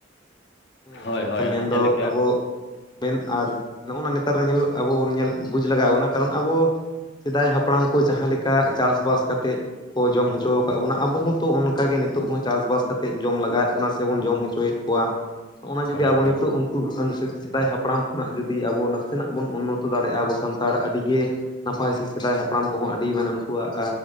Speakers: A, on the left (about 25°); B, on the left (about 65°).
A: ᱦᱮᱸ
B: ᱦᱳᱭ
A: ᱟᱨ ᱵᱟᱝᱠᱷᱟᱱ
B: ᱦᱳᱭ
A: ᱢᱮᱱᱫᱚ
B: ᱡᱮᱞᱮᱠᱟ
A: ᱟᱵᱚ ᱼᱼ ᱢᱮᱱ ᱟᱨ ᱱᱚᱜᱼᱚ ᱱᱟ ᱱᱮᱛᱟᱨ ᱨᱮ ᱧᱮᱞ ᱟᱵᱚ ᱵᱚᱱ ᱧᱮᱞ ᱵᱩᱡᱽ ᱞᱟᱜᱟᱣ ᱟᱵᱚᱱᱟ ᱠᱟᱨᱚᱱ ᱟᱵᱚ ᱼᱼ ᱥᱮᱫᱟᱭ ᱦᱟᱯᱲᱟᱢ ᱠᱚ ᱡᱟᱦᱟᱸ ᱞᱮᱠᱟ ᱪᱟᱥᱵᱟᱥ ᱠᱟᱛᱮᱫ ᱠᱚ ᱡᱚᱢ ᱦᱚᱪᱚ ᱟᱠᱟᱜ ᱵᱚᱱᱟ ᱟᱵᱚᱦᱚᱸ ᱦᱚᱸᱛᱚ ᱼᱼ ᱠᱟ ᱜᱮ ᱱᱤᱛᱚᱜ ᱦᱚᱸ ᱪᱟᱥᱵᱟᱥ ᱠᱟᱛᱮᱫ ᱡᱚᱢ ᱞᱟᱜᱟᱣᱮᱫ ᱵᱚᱱᱟ ᱥᱮ ᱵᱚᱱ ᱡᱚᱢ ᱦᱚᱪᱚᱭᱮᱫ ᱠᱚᱣᱟ ᱦᱚᱜᱼᱚᱱᱟ ᱡᱩᱫᱤ
B: ᱦᱳᱭ
A: ᱟᱵᱚ
B: ᱦᱳᱭ
A: ᱱᱤᱛᱚᱜ <unintelligible> ᱥᱮᱫᱟᱭ ᱦᱟᱯᱲᱟᱢ ᱠᱷᱚᱱᱟᱜ ᱡᱩᱫᱤ ᱟᱵᱚ ᱱᱟᱥᱮᱱᱟᱜ ᱵᱚᱱ ᱩᱱᱱᱚᱛᱚ ᱫᱟᱲᱮᱭᱟᱜᱼᱟ ᱟᱵᱚ ᱥᱟᱱᱛᱟᱲ ᱟᱹᱰᱤᱜᱮ ᱱᱟᱯᱟᱭ ᱥᱮ ᱥᱮᱫᱟᱭ ᱦᱟᱯᱲᱟᱢ ᱠᱚᱦᱚᱸ ᱟᱹᱰᱤ <unintelligible> ᱟᱠᱚᱣᱟᱜ